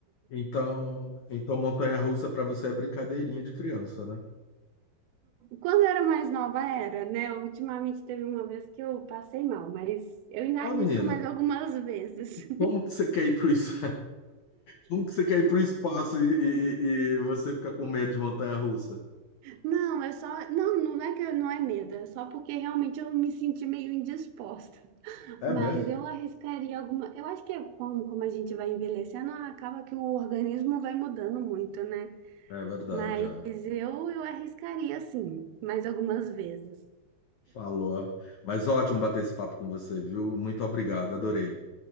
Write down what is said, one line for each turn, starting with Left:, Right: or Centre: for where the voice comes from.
Left: Então, então montanha-russa para você é brincadeirinha de criança, né?
Right: Quando eu era mais nova, era, né? Ultimamente teve uma vez que eu passei mal, mas eu ainda
Left: Ô,
Right: arrisco
Left: menina,
Right: mais algumas vezes.
Left: como que você quer ir pro isso? Como que você quer ir para o espaço e, e- e- e você fica com medo de montanha-russa?
Right: <laughs> Não, é só. Não, não é que eu- não é medo, é só porque realmente eu me senti meio indisposta.
Left: É
Right: Mas
Left: mesmo?
Right: eu arriscaria alguma. Eu acho que é como, como a gente vai envelhecendo, acaba que o organismo vai mudando muito, né?
Left: É verdade,
Right: Mas
Left: é.
Right: eu, eu arriscaria sim, mais algumas vezes.
Left: Falou. Mas ótimo bater esse papo com você, viu? Muito obrigado, adorei.